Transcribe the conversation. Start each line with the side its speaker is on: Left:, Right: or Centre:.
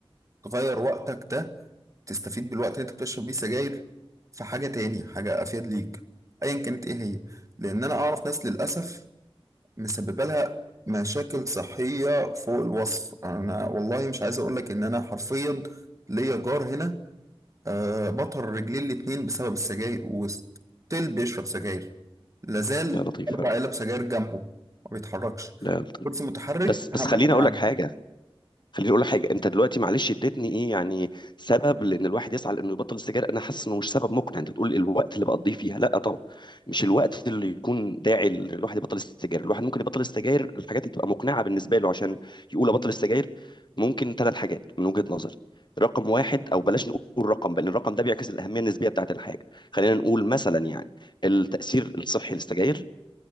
Right: وتغير وقتك ده تستفيد بالوقت اللي انت بتشرب بيه سجاير في حاجة تاني حاجة افيد ليك ايا كانت ايه هي لان انا اعرف ناس للاسف مسببة لها مشاكل صحية فوق الوصف انا والله مش عايز اقولك ان انا حرفيا ليا جار هنا آه بطر رجليه الاتنين بسبب السجاير وستيل بيشرب سجاير لازال
Left: يا لطيف
Right: أربع
Left: يا رب
Right: علب سجاير جنبه ما بيتحركش
Left: لا يا لطيف
Right: كرسي متحرك
Left: بس بس
Right: أهم
Left: خليني
Right: حاجة
Left: اقول
Right: عنده
Left: لك حاجه خليني اقول لك حاجه انت دلوقتي معلش اديتني ايه يعني سبب لان الواحد يسعى لانه يبطل السجاير انا حاسس انه مش سبب مقنع انت بتقول الوقت اللي بقضيه فيها لا طبعا مش الوقت اللي يكون داعي ان الواحد يبطل السجاير الواحد ممكن يبطل السجاير الحاجات اللي تبقى مقنعه بالنسبه له عشان يقول ابطل السجاير ممكن ثلاث حاجات من وجهه نظري رقم واحد او بلاش نقول رقم بل الرقم ده بيعكس الاهميه النسبيه بتاعت الحاجه خلينا نقول مثلا يعني التاثير الصحي للسجاير